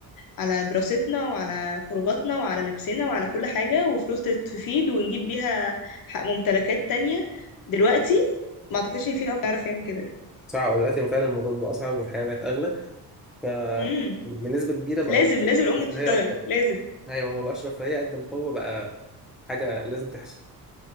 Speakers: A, on the left; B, in the centre.
A: على دراستنا وعلى خروجاتنا وعلى لبسنا وعلى كل حاجه وفلوس تفيد ونجيب بيها حق ممتلكات تانية دلوقتي ما اعتقدش ان في اب يعرف يعمل كده
B: صح هو دلوقتي فعلا الموضوع بقى اصعب والحياه بقت اغلى ف
A: امم
B: بنسبه كبيره بقى
A: لازم
B: الموضوع
A: لازم
B: مش
A: الام
B: رفاهيه
A: تشتغل
B: اكتر
A: لازم
B: ايوه ما بقاش رفاهيه قد ما هو بقى حاجه لازم تحصل